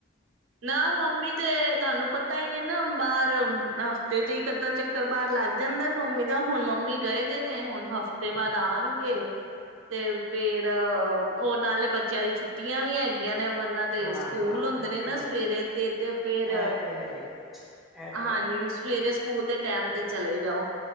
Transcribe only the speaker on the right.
ਨਾ ਮੰਮੀ ਤੇ ਤੁਹਾਨੂੰ ਪਤਾ ਹੀ ਨਾ ਬਾਹਰ ਹਫ਼ਤੇ ਚ ਹੀ ਕੱਦਾਾਂ ਚੱਕਰ ਬਾਹਾਰ ਲੱਗ ਜਾਂਦਾ ਮੰਮੀ ਦਾ ਹੁਣ ਮੰਮੀ ਗਏ ਤੇ ਨੇ ਹੁਣ ਹਫ਼ਤੇ ਤੇ ਬਾਅਦ ਆਉਣਗੇ ਤੇ ਫੇਰ ਉਹ ਨਾਲੇ ਬੱਚਿਆਂ ਦੀ ਛੁੱਟੀਆਂ ਵੀ ਹੈਗੀਆਂ ਨੇ ਇਹਨਾਂ ਤੇ
ਸਕੂਲ
ਹੁੰਦੇ
ਨੇ ਨਾ
ਸਵੇਰੇ ਤੇ ਤੇ ਫੇਰ
ਹਾਂਜੀ
ਸਕੂਲ ਦੇ ਟਾਈਮ ਤੇ ਚਲੇ ਜਾਓ